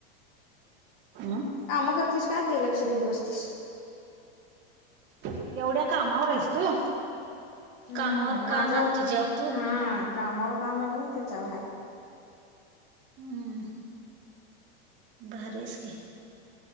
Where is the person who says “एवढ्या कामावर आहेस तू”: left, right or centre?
Right